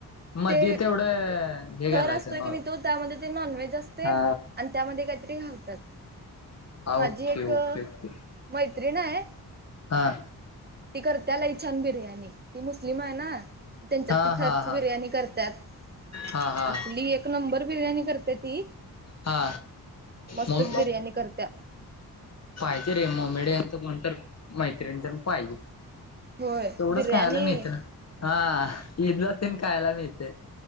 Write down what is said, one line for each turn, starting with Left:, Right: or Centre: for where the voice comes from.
Left: मध्ये
Right: ते
Left: तेवढं हे
Right: थर
Left: घालायचं
Right: असतोय
Left: नॉ
Right: की नाही तो त्यामध्ये ते नॉनव्हेज असते
Left: हा
Right: आणि त्यामध्ये काहीतरी घालतात. माझी
Left: ओके
Right: एक
Left: ओके ओके
Right: मैत्रिण आहे
Left: हा.
Right: ती करत्या लय छान बिर्याणी ती मुस्लिम आहे ना. त्यांच्यात
Left: हा
Right: ती थरची
Left: हा हा
Right: बिर्याणी करत्यात
Left: हा हा
Right: असली एक क नंबर बिर्याणी करते ती.
Left: हा
Right: मस्तच
Left: मम
Right: बिर्याणी करत्या.
Left: पाहिजे रे मोमेडीयनचा कोणतर मैत्रिण तेन पाहिजे.
Right: होय
Left: तेवढच
Right: बिर्याणी
Left: खायला मिळते ना हा ईद ला तेन खायला मिळते.